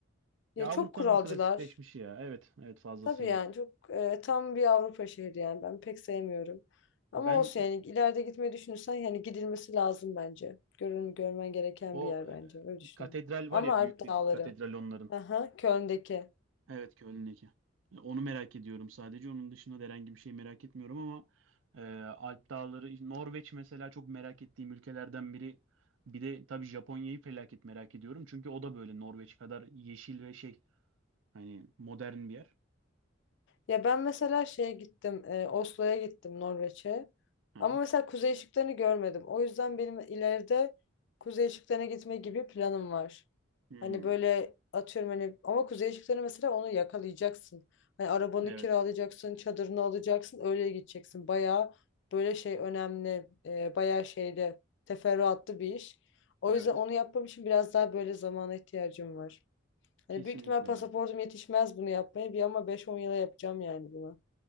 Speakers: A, on the left (about 60°); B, on the right (about 75°).
A: Ya
B: Ya Avrupa'nın
A: çok kuralcılar.
B: klasikleşmişi ya. Evet, evet fazlasıyla.
A: Tabii yani çok e, tam bir Avrupa şehri yani ben pek sevmiyorum. Ama
B: Ben
A: olsun yani ileride gitmeyi düşünürsen yani gidilmesi lazım bence. Görün, görmen gereken
B: o
A: bir yer
B: e,
A: bence öyle düşünüyorum.
B: katedral
A: Ama
B: var ya
A: Alp
B: büyük
A: Dağları.
B: bir katedral onların.
A: Aha, Köln'deki.
B: Evet Köln E, Onu merak ediyorum sadece. Onun dışında da herhangi bir şey merak etmiyorum ama e, Alp Dağları, işte Norveç mesela çok merak ettiğim ülkelerden biri. Bir de tabii Japonya'yı felaket merak ediyorum. Çünkü o da böyle Norveç kadar yeşil ve şey hani modern bir yer.
A: Ya ben mesela şeye gittim, e, Oslo'ya gittim Norveç'e.
B: Hı
A: Ama
B: hı.
A: mesela kuzey ışıklarını görmedim. O yüzden benim ileride kuzey ışıklarına gitme gibi planım var.
B: Hmm,
A: Hani böyle atıyorum hani ama kuzey ışıklarını mesela onu yakalayacaksın. Hani arabanı
B: Evet.
A: kiralayacaksın, çadırını alacaksın, öyle gideceksin. Bayağı böyle şey önemli, e, bayağı şeyde teferruatlı bir iş. O
B: Evet.
A: yüzden onu yapmam için biraz daha böyle zamana ihtiyacım var.
B: Kesinlikle
A: Hani büyük ihtimal pasaportum
B: ya.
A: yetişmez bunu yapmaya. Bir ama 5-10 yıla yapacağım yani bunu.